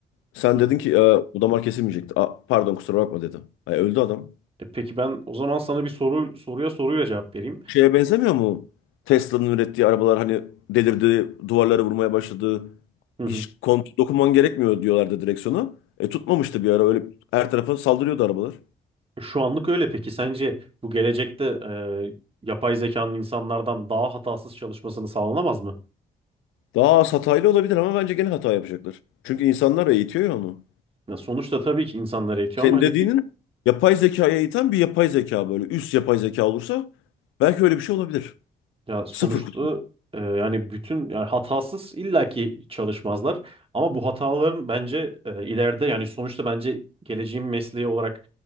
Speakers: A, on the left (about 80°); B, on the right (about 25°).
A: Sen
B: Hı hı.
A: dedin ki "Ee, bu damar kesilmeyecekti. Aa, pardon kusura bakma dedi. Ay, öldü adam.
B: E peki ben o zaman sana bir soru soruya soruyla cevap vereyim.
A: Şeye benzemiyor mu? Tesla'nın ürettiği arabalar hani delirdi, duvarlara vurmaya başladı.
B: Hı hı.
A: Hiç kontrol dokunman gerekmiyor diyorlardı direksiyonu. E tutmamıştı bir ara öyle her tarafa saldırıyordu arabalar.
B: Şu anlık öyle peki sence bu gelecekte e, yapay zekanın insanlardan daha hatasız çalışmasını sağlanamaz mı?
A: Daha az hataylı olabilir ama bence gene hata yapacaklar. Çünkü insanlar eğitiyor ya onu.
B: Ya sonuçta tabii ki insanlar eğitiyor
A: Senin
B: ama hani
A: dediğinin
B: bir
A: yapay zekaya iten bir yapay zeka böyle. Üst yapay zeka olursa belki öyle bir şey olabilir.
B: ya sonuçta
A: Sıfır kutu.
B: e, yani bütün yani hatasız illaki çalışmazlar ama bu hataların bence e, ileride yani sonuçta bence geleceğin mesleği olarak